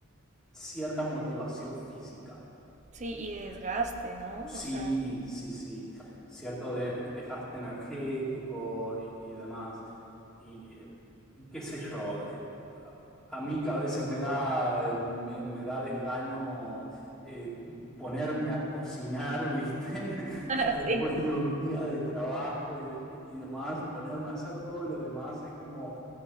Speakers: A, in the centre; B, on the right.
A: cierta motivación física.
B: sí, y desgaste, ¿no?
A: Sí,
B: O sea,
A: sí, sí, cierto, de- dejaste energético y, y demás. Y eh, qué sé yo, eh, a, a mí que a veces me da, me, me da desgano eh, ponerme a cocinar, ¿viste? <laughs>
B: <laughs>
A: Ya después
B: sí,
A: de un día de trabajo y, y demás, ponerme a hacer todo lo demás es como,